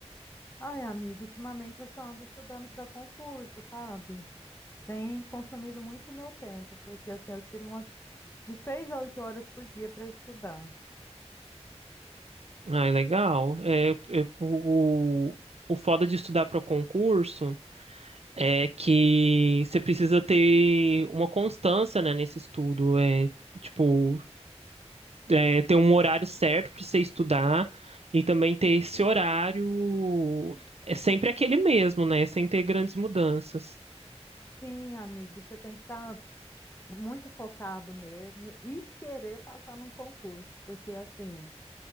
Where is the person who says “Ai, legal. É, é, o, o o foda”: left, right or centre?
Right